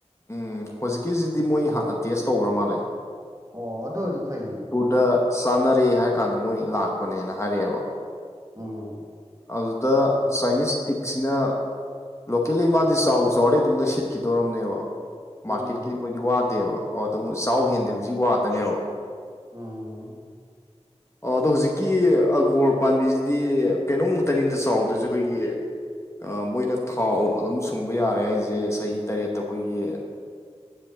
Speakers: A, on the left; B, on the right.
A: ꯎꯝ ꯍꯧꯖꯤꯛꯀꯤꯁꯤꯗꯤ ꯃꯣꯏ ꯍꯥꯟꯅ ꯇꯦꯁ ꯇꯧꯈ꯭ꯔ ꯃꯥꯜꯂꯦ
B: ꯑꯣ ꯑꯗ ꯐꯥꯏꯅꯤ
A: ꯗ ꯆꯥꯟꯅꯔꯦ ꯍꯥꯏꯔ ꯀꯥꯟꯗ ꯃꯣꯏ ꯂꯥꯛꯄꯅꯦꯅ ꯍꯥꯏꯔꯛꯑꯦꯕ
B: ꯎꯝ
A: ꯑꯗꯨꯗ ꯁꯥꯏꯅꯤꯁ ꯇ ꯁꯤꯅ ꯂꯣꯀꯦꯜꯂꯤ ꯃꯥꯗꯤ ꯆꯥꯎ ꯆꯥꯎꯔꯗꯤ ꯑꯗꯨꯝ ꯅꯣꯏ ꯁꯤꯠꯈꯤꯗꯣꯔꯔꯕꯅꯦꯕ ꯃꯥꯔꯀꯦꯠꯀꯤꯗꯤ
B: ꯎꯝ
A: ꯃꯣꯏꯗꯤ ꯋꯥꯗꯦꯕꯗ ꯆꯥꯎ ꯍꯦꯟꯗꯦꯕꯁꯤ ꯋꯥꯗꯅꯦꯕ
B: ꯑꯣ
A: ꯑ ꯑꯗꯣ ꯍꯧꯖꯤꯛꯀꯤ ꯑꯒꯣꯔ ꯄꯥꯝꯕꯤꯁꯤꯗꯤ ꯀꯩꯅꯣꯝꯃꯛꯇꯅꯤꯗ ꯆꯥꯎꯗꯣꯏꯁꯦ ꯑꯩꯈꯣꯏꯒꯤ ꯃꯣꯏꯅ ꯊꯥꯎ ꯑꯗꯨꯝ ꯁꯨꯝꯕ ꯌꯥꯔꯦ ꯍꯥꯏꯁꯦ ꯆꯍꯤ ꯇꯔꯦꯠꯇ ꯑꯩꯈꯣꯏꯒꯤ